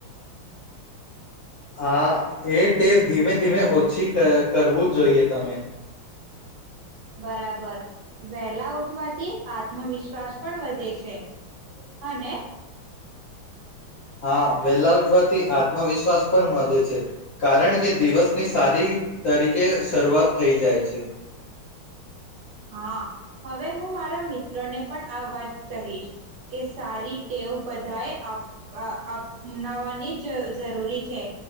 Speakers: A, on the left; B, on the right.
A: હા એ ટેવ ધીમે ધીમે ઓછી કરવું જોઈએ તમે.
B: બરાબર વહેલા ઉઠવાથી આત્મવિશ્વાસ પણ વધે છે અને
A: હા વેહલા ઉઠવાથી આત્મવિશ્વાસ પણ વધે છે કારણ કે દિવસની સારી રીતે શરૂઆત થઈ જાય છે.
B: હા હવે હું મારા મિત્રોને પણ આ વાત કહીશ કે સારી ટેવ બધાએ આપ અપનાવાની જ જરૂરી છે